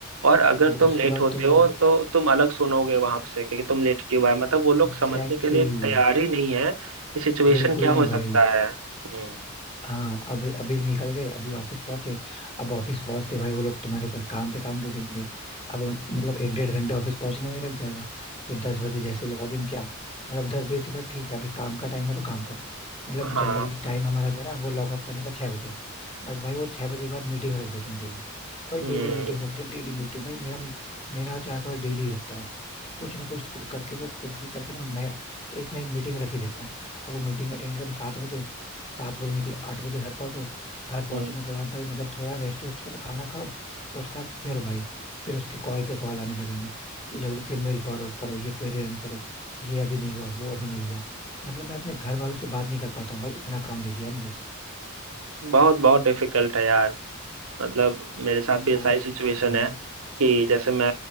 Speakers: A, on the right; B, on the left.
A: और अगर
B: वो
A: तुम
B: उसके
A: लेट
B: बाद
A: होते
B: तुम
A: हो तो तुम अलग सुनोगे वहां से कि तुम लेट क्यों आए मतलब वो लोग
B: एग्जैक्टली
A: समझने के लिए
B: exactly,
A: तैयार ही नहीं है कि सिचुएशन
B: बिल्कुल
A: क्या
B: नहीं
A: हो सकता
B: भाई
A: है हम्म
B: हाँ अभी अभी निकल गए अभी ऑफिस पहुंचे अब ऑफिस पहुंचते भाई वो लोग तुम्हारे ऊपर काम पे काम दे देंगे अब मतलब एक डेढ़ घंटे ऑफिस पहुंचने में ही लग जाएगा फिर दस बजे जैसे लॉग इन किया मतलब दस बजे तो खैर ठीक है अभी काम का टाइम है तो काम करो मतलब
A: हाँ
B: जनरली टाइम हमारा जो है ना वो लॉग ऑफ करने का छह बजे है बट भाई वो छह बजे के बाद मीटिंग रख देते हैं डेली। भाई डेली
A: हम्म
B: मीटिंग रखते हैं डेली मीटिंग भाई मेरा मेरा चार तो यार थोड़ा डेली ही रखता है कि कुछ ना कुछ कर- करके वो कुछ भी करके ना मैं एक ना एक मीटिंग रख ही देता है अब वो मीटिंग अटेंड करो सात बजे सात बजे निकलो आठ बजे घर पहुंचो घर पहुंचने
A: हम्म
B: के बाद भाई मतलब थोड़ा रेस्ट वेस्ट करो खाना खाओ और उसके बाद फिर भाई फिर उसके कॉल पे कॉल आने लगेंगी कि जल्दी से मेल फॉरवर्ड करो ये क्वेरी रन करो ये अभी नहीं हुआ वो अभी नहीं हुआ मतलब मैं अपने घर वालों से बात नहीं कर पाता हूँ भाई इतना काम दे दिया मुझे
A: बहुत बहुत डिफिकल्ट है यार मतलब मेरे साथ भी ऐसा
B: बात
A: ही सिचुएशन
B: हाँ हाँ,
A: है कि जैसे मैं